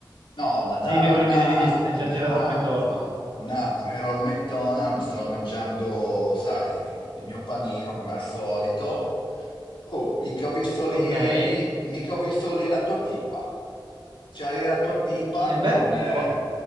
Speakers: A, on the left (about 80°); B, on the right (about 80°).
A: No, ma dai,
B: dimmi quello
A: un
B: che
A: attimo,
B: mi devi dire, stai già gira
A: un attimo,
B: troppo intorno.
A: un attimo. Ero al McDonald's, stavo mangiando, sai, il mio panino come al solito. Oh, mica ho visto lì,
B: Ok, e
A: mica ho visto lì la tua tipa. C'era lì la tua tipa con...
B: beh,
A: eh,
B: non può...